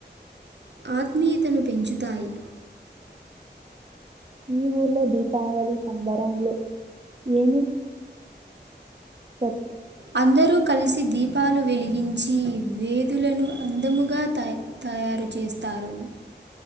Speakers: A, on the right; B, on the right.
A: ఆత్మీయతను పెంచుతాయి
B: ఈ ఊర్లో దీపావళి సంబరంలో ఏమి స
A: అందరూ కలిసి దీపాలు వెలిగిం జి వేధులను అందముగా తయ తయారు చేస్తారు